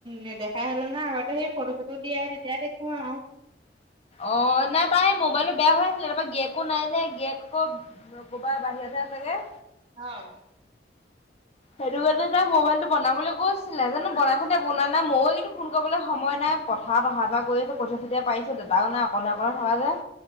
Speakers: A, on the right; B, on the left.
A: নেদেখাই হ'লো নহয় আগতে সেই ফটো চটো দিয়ে তেতিয়া দেখো আৰু
B: অ নাই তাই মোবাইলটো বেয়া হৈ আছিলে তাৰপৰা গিৰীয়কো নাই যে গিৰীয়েক আকৌ ক'ৰবা বাহিৰতহে আছে গৈ
A: অহ
B: সেইটো কাৰণে তাই মোবাইলটো বনাবলৈ গৈছিলে জানো বনাইছে নে বনুৱা নাই ময়ো এইকেইদিন ফোন কৰিবলৈ সময় নাই পথাৰত অহা যোৱা কৰি আছোঁ কঠীয়া চঠীয়া পাৰিছে দেতাও নাই অকলে অকলে থকা যে